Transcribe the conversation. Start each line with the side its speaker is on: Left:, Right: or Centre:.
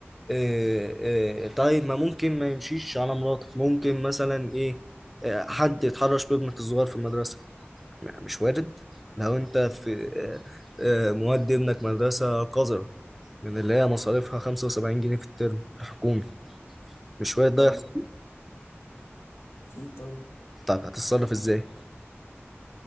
Centre: آه، آه، طيب ما ممكن ما يمشيش على مراتك ممكن مثلا ايه آه، حد يتحرش بابنك الصغير في المدرسة م- مش وارد لو انت في آه، آه، مودي ابنك مدرسة قذرة من اللي هي مصاريفها 75 جنيه في الترم الحكومي مش وارد ده
Left: اه
Centre: يحصل
Left: اكيد طبعا
Centre: طب هتتصرف ازاي